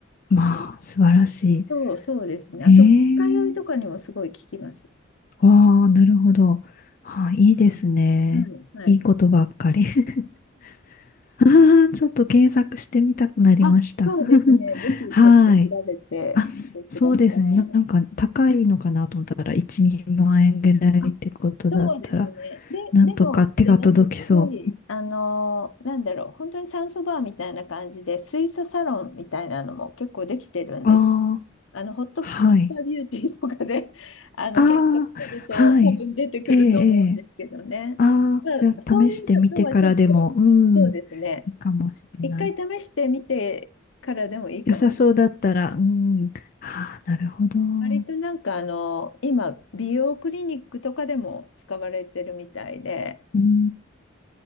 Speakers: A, on the left (about 45°); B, on the left (about 80°).
A: まあ、素晴らしい。
B: そう、そうですね。
A: へえ。
B: あと、二日酔いとかにもすごい効きます。
A: ああ、なるほど。あー、いいですね。
B: はい、はい。
A: いいことばっかり。<laughs> ああ、ちょっと検索してみたくなりました。
B: あ、そうですね。
A: <laughs>
B: ぜひちょっと調べてください。
A: はい。あ、そうですね。ななんか高いのかなと思ったら、1、2万円ぐらいってことだったら、
B: あ、そうですね。で、
A: なんとか手が届きそ
B: でも、してますし、あのー、なんだろう、本当に酸素バーみたいな感じで、水素サロンみたいなのも結構できてるんです。
A: う。ああ、
B: あの、ホットペッパービューティーとかで
A: はい。
B: <laughs> あの、
A: ああ、
B: 検索すると多分出てくると思うんですけどね。
A: はい。ええ、ええ。ああ、
B: まあ、
A: じゃあ試してみてからでも、
B: そういうのはちょっと、
A: うん、
B: そうですね。
A: いいかもしれない。
B: 一回試してみてからでもいいかもしれない。
A: 良さそうだったら、うん。はあ、なるほど。う
B: 割となんかあの、今、美容クリニックとかでも使われてるみたいで、
A: ん。